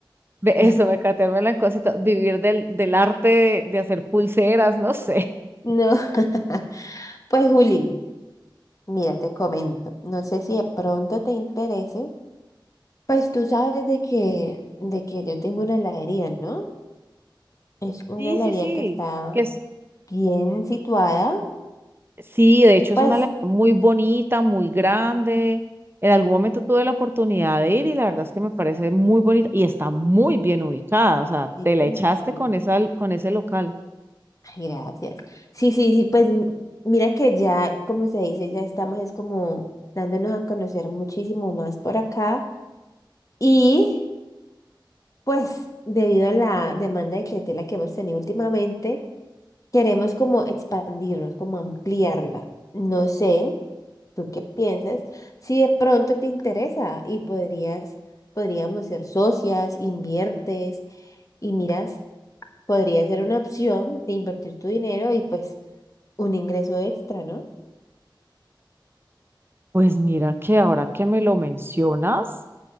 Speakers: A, on the right; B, on the left.
A: Ve, Eso,
B: <laughs>
A: mecatearme en la cosita, vivir del, del arte de, de hacer pulseras, no sé. <laughs>
B: No, <laughs> pues Juli, mira, te comento, no sé si de pronto te interese, pues tú sabes de que, de que yo tengo una heladería, ¿no? Es una
A: Sí,
B: heladería
A: sí, sí.
B: que está
A: Que es,
B: bien situada,
A: sí, de hecho
B: pues
A: es una alegría muy bonita, muy grande. En algún momento tuve la oportunidad de ir y la verdad es que me parece muy bonita y está muy bien ubicada. O sea,
B: sí,
A: te la echaste
B: sí.
A: con esa, con ese local.
B: Ay, Gracias. Sí, sí, sí, pues m- mira que ya, como se dice, ya estamos es como dándonos a conocer muchísimo más por acá y pues debido a la demanda de clientela que hemos tenido últimamente, queremos como expandirnos, como ampliarla. No sé, ¿tú qué piensas? Si de pronto te interesa y podrías, podríamos ser socias, inviertes y miras. Podría ser una opción de invertir tu dinero y pues un ingreso extra, ¿no?
A: Pues mira que ahora que me lo mencionas,